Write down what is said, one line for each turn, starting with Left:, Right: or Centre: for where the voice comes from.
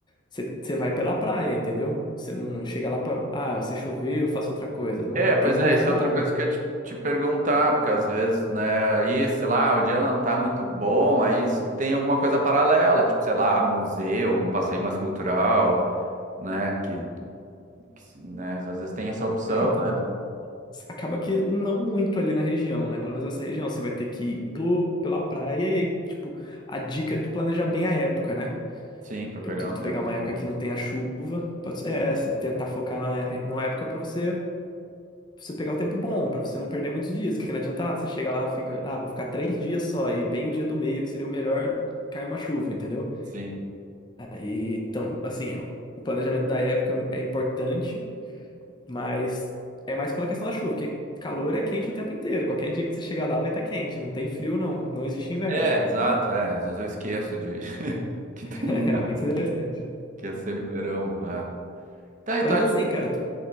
Left: Você você vai pela praia, entendeu? Você não chega lá pra. Ah, se chover, eu faço outra coisa. Não
Right: É, pois
Left: tem muito
Right: é, isso
Left: como.
Right: é outra coisa que eu te, te perguntar, porque às vezes, né, aí, sei lá, o dia não tá muito bom, aí se tem alguma coisa paralela, tipo, sei lá, museu, algum passeio mais cultural, né, que, que se- né, às vezes tem essa opção,
Left: É, então.
Right: né?
Left: Acaba que não muito ali na região, né? Pelo menos essa região. Você vai ter que ir pelo, pela praia e aí, tipo, a dica é tu planejar bem a época, né?
Right: Sim, pra
Left: Por
Right: pegar
Left: Tu, tu
Right: um tempo
Left: pegar uma época
Right: bom.
Left: que não tem a chuva. Pode, ser- é, você tentar focar na, na época pra você, você pegar o tempo bom, pra você não perder muitos dias, que não adianta nada. Você chega lá, fica. Ah, vou ficar três dias só, e bem o dia do meio, que seria o melhor, cai uma chuva, entendeu?
Right: Sim.
Left: E, então, assim, o o planejamento da época é importante, mas é mais pela questão da chuva, porque calor é quente o tempo inteiro. Qualquer dia que você chegar lá vai estar quente, não tem frio, não. Não existe inverno.
Right: É, exato, é, às vezes eu esqueço de <laughs> que tem
Left: <laughs>
Right: lugares
Left: É muito interessante.
Right: que, que é sempre verão, é. Tá, então
Left: Mas
Right: acho
Left: assim,
Right: que
Left: cara, tu,